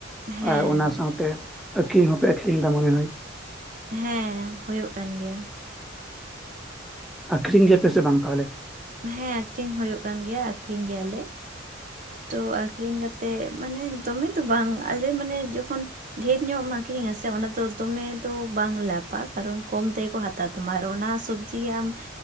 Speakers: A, on the right; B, in the centre.
A: ᱦᱮᱸ
B: ᱟᱨ ᱚᱱᱟ ᱥᱟᱶᱛᱮ ᱟᱹᱠᱷᱨᱤᱧ ᱦᱚᱸᱯᱮ ᱟᱹᱠᱷᱨᱤᱧ ᱮᱫᱟ ᱢᱚᱱᱮ ᱦᱚᱭ,
A: ᱦᱮᱸ ᱦᱩᱭᱩᱜ ᱠᱟᱱ ᱜᱮᱭᱟ ᱾
B: ᱟᱹᱠᱷᱨᱤᱧ ᱜᱮᱭᱟᱯᱮ ᱥᱮ ᱵᱟᱝ ᱛᱟᱦᱚᱞᱮ?
A: ᱦᱮᱸ ᱟᱹᱠᱷᱨᱤᱧ ᱦᱩᱭᱩᱜ ᱠᱟᱱ ᱜᱮᱭᱟ ᱟᱹᱠᱷᱨᱤᱧ ᱜᱮᱭᱟᱞᱮ ᱾ ᱛᱚ ᱟᱠᱷᱨᱤᱧ ᱠᱟᱛᱮᱫ ᱢᱟᱱᱮ ᱫᱚᱢᱮ ᱫᱚ ᱵᱟᱝ ᱟᱞᱮ ᱢᱟᱱᱮ ᱡᱚᱠᱷᱚᱱ ᱰᱷᱮᱨ ᱧᱚᱜ ᱮᱢ ᱟᱠᱷᱨᱤᱧᱟ ᱥᱮ ᱚᱱᱟ ᱫᱚ ᱫᱚᱢᱮ ᱫᱚ ᱵᱟᱝ ᱞᱟᱵᱷᱼᱟ ᱠᱟᱨᱚᱱ ᱠᱚᱢ ᱛᱮ ᱠᱚ ᱦᱟᱛᱟᱣ ᱛᱚᱢᱟᱨ ᱚᱱᱟ ᱥᱚᱵᱽᱡᱤ ᱜᱮ ᱟᱢ